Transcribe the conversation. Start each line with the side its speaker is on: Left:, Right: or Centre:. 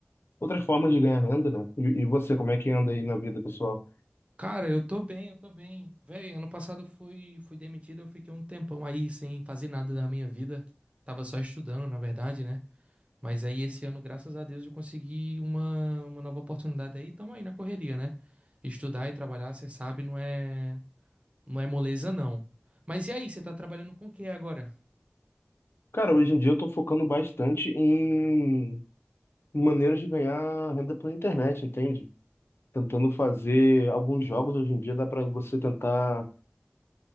Left: outras formas de ganhar renda, né? E, e você, como é que anda aí na vida pessoal?
Right: Cara, eu tô bem, eu tô bem. Véi, ano passado eu fui, fui demitido, eu fiquei um tempão aí sem fazer nada da minha vida. Tava só estudando, na verdade, né? Mas aí esse ano, graças a Deus, eu consegui uma, uma nova oportunidade aí, tamo aí na correria, né? Estudar e trabalhar, você sabe, não é. Não é moleza, não. Mas e aí, você tá trabalhando com o que agora?
Left: Cara, hoje em dia eu tô focando bastante em maneiras de ganhar renda pela internet, entende? Tentando fazer alguns jogos hoje em dia, dá pra você tentar